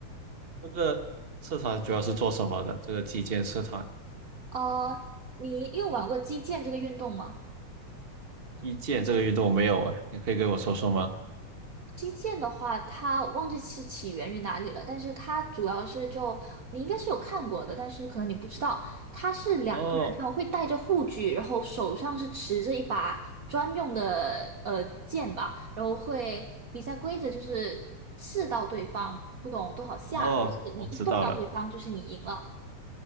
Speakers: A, on the right; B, on the right.
A: 这个社团主要是做什么的？这个击剑社团，
B: 呃，你你有玩过击剑这个运动吗？
A: 击剑这个运动没有啊，你可以给我说说吗？
B: 击剑的话，它忘记是起源于哪里了，但是它主要是就你应该是有看过的，但是可能你不知道，它是两个人，
A: 哦
B: 他们会带着护具，然后手上是持着一把专用的呃剑吧，然后会比赛规则就是刺到对方，不懂多少下，
A: 哦，
B: 还是你一动到对方就是你赢了。
A: 我知道了。